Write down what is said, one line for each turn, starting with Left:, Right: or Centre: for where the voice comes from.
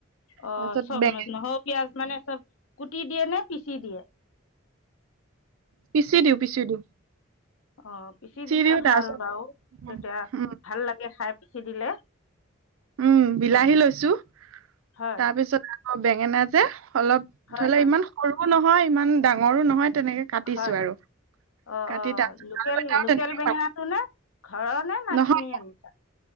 Left: অ',
Right: তাৰপিছত
Left: চব
Right: বেঙে
Left: নহৰু, পিয়াজ মানে চব কুটি দিয়ে নে পিচি দিয়ে?
Right: পিচি দিওঁ, পিচি দিওঁ।
Left: অ', পিচি দিলে
Right: দিওঁ তাৰপিছত
Left: ভাল বাও তেতিয়া
Right: উম
Left: ভাল লাগে খাই পিচি দিলে।
Right: উম বিলাহী লৈছো,
Left: হয়
Right: তাৰপিছত আকৌ বেঙেনা যে অলপ
Left: হয়
Right: ধৰি ল
Left: হয়
Right: ইমান সৰুও নহয় ইমান ডাঙৰো নহয় তেনেকে কাটিছো
Left: হয়
Right: আৰু।
Left: অ,
Right: কাটি
Left: অ,
Right: তাৰপিছত
Left: লোকেল,
Right: আৰু এটাও
Left: লোকেল
Right: তেনেকে
Left: বেঙেনাটো
Right: পাত
Left: নে ঘৰৰ নে না
Right: নহয়
Left: কিনি আনিছা?